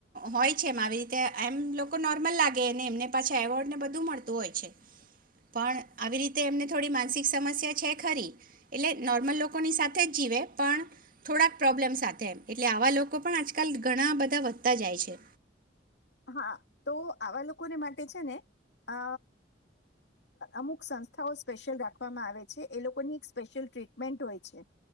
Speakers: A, on the right; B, on the left.
A: હોય છે એમ આવી રીતે એમ લોકો નોર્મલ લાગે ને એમને પાછા એવોર્ડ ને બધું મળતું હોય છે, પણ આવી રીતે એમને થોડી માનસિક સમસ્યા છે ખરી. એટલે નોર્મલ લોકોની સાથે જ જીવે પણ થોડાક પ્રોબ્લેમ સાથે એમ, એટલે આવા લોકો પણ આજકાલ ઘણા બધા વધતા જાય છે
B: હા, તો આવા લોકોને માટે છે ને, અ અમુક સંસ્થાઓ સ્પેશિયલ રાખવામાં આવે છે. એ લોકોની એક સ્પેશિયલ ટ્રીટમેન્ટ હોય છે.